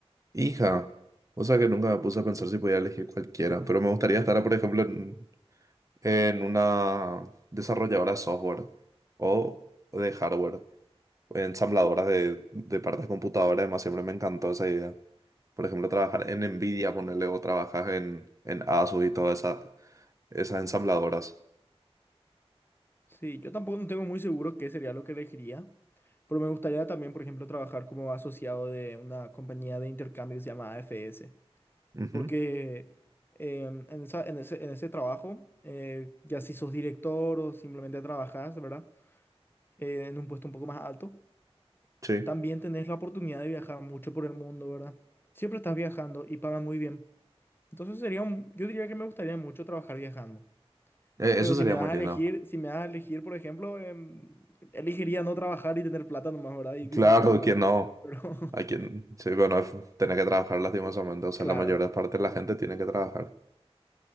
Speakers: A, on the right; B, on the left.
A: Hija, o sea que nunca me puse a pensar si podía elegir cualquiera, pero me gustaría estar, por ejemplo, en, en una desarrolladora de software o de hardware. ensambladoras de, de partes de computadora, además siempre me encantó esa idea. Por ejemplo, trabajar en Nvidia, ponerle o trabajas en, en Asus y todas esa- esas ensambladoras.
B: Sí, yo tampoco no tengo muy seguro qué sería lo que elegiría, pero me gustaría también, por ejemplo, trabajar como asociado de una compañía de intercambio que se llama AFS.
A: Ujú,
B: Porque eh, en esa- en ese, en ese trabajo, eh, ya si sos director o simplemente trabajás, ¿verdad? Eh, en un puesto un poco más alto,
A: sí,
B: también tenés la oportunidad de viajar mucho por el mundo, ¿verdad? Siempre estás viajando y pagan muy bien. Entonces sería un- yo diría que me gustaría mucho trabajar viajando.
A: Eh,
B: Pero
A: eso sería
B: si me das
A: muy
B: a
A: lindo.
B: elegir, si me das a elegir, por ejemplo, em, elegiría no trabajar y tener plata nomás, ¿verdad? Y disfrutar
A: Claro,
B: nomás
A: que
B: de
A: no.
B: mi vida. Pero <laughs>
A: A quien, sí, bueno, f- tiene que trabajar lastimosamente, o sea,
B: claro.
A: la mayor parte de la gente tiene que trabajar.